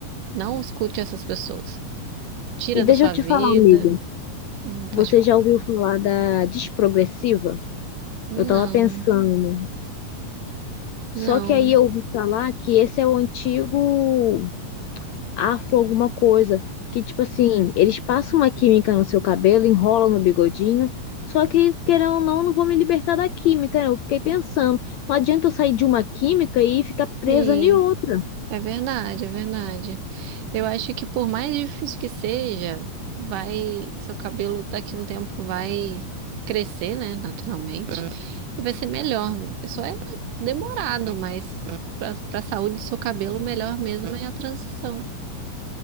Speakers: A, on the right; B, on the left.
A: não escute essas pessoas. Tira
B: E deixa
A: da sua
B: eu te
A: vida.
B: falar, amiga.
A: Hum, pode
B: Você
A: falar.
B: já ouviu falar da desprogressiva?
A: Não.
B: Eu tava pensando.
A: Não,
B: Só que aí eu ouvi falar que esse é o antigo afro alguma coisa, que tipo assim, eles passam uma química no seu cabelo, enrolam no bigodinho, só que querendo ou não, eu não vou me libertar da química, né? Eu fiquei pensando, não adianta eu sair de uma química e ficar presa
A: e
B: de outra.
A: é verdade, é verdade. Eu acho que por mais difícil que seja, vai, seu cabelo daqui a um tempo vai crescer, né, naturalmente, e vai ser melhor. Isso é demorado, mas para para a saúde do seu cabelo, melhor mesmo é a transição.